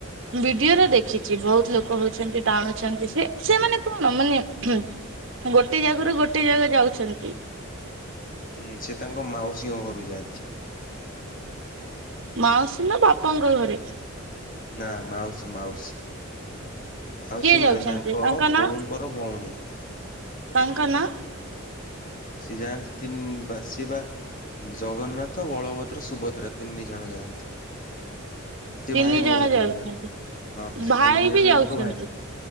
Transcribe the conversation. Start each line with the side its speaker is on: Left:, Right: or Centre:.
Right: ଭିଡିଓରେ ଦେଖିଚି ବହୁତ ଲୋକ ହଉଛନ୍ତି ଟାଣୁଛନ୍ତି ସେ ସେମାନେ କଣ ମାନେ ହୁଁ ଗୋଟେ ଜାଗାରୁ ଗୋଟେ ଜାଗା ଯାଉଛନ୍ତି।
Left: ହୁଁ ସେ ତାଙ୍କ ମାଉସୀଙ୍କ ଘରୁ ଯାଆନ୍ତି।
Right: ମାଉସୀ ନା ବାପାଙ୍କ ଘରେ?
Left: ନା ମାଉସୀ ମାଉସୀ। ମାଉସୀ
Right: କିଏ ଯାଉଛନ୍ତି
Left: ମାନେ ତାଙ୍କ
Right: ନାଁ
Left: ବୋଉଙ୍କର ଭଉଣୀ।
Right: ତାଙ୍କ ନାଁ?
Left: ସି ଯାଆନ୍ତି ତିନି ବା ସିଏବା ଜଗନ୍ନାଥ ବଳଭଦ୍ର ସୁଭଦ୍ରା ତିନି ଜଣ ଯାଆନ୍ତି। ସେ
Right: ତିନି
Left: ଭାଇ ଭଉଣୀ
Right: ଜଣ ଯାଉଛନ୍ତି
Left: ତିନି ଜଣ ହଁ ସେ
Right: ଭାଇ
Left: ତିନି ଜଣ
Right: ବି ଯାଉଛନ୍ତି
Left: ଜାଙ୍କ ଭାଇ